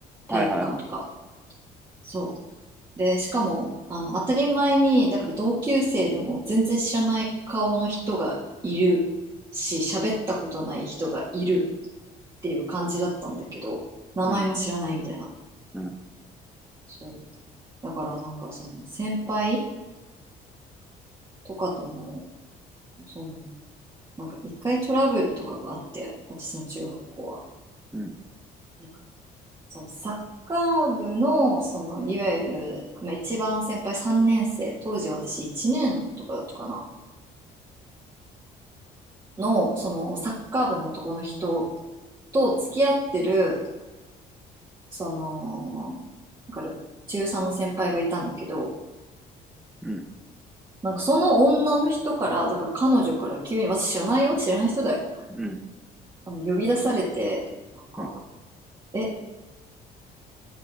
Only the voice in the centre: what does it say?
はいはいはい。
うん。うん。
うん。
うん。
うん。
うん。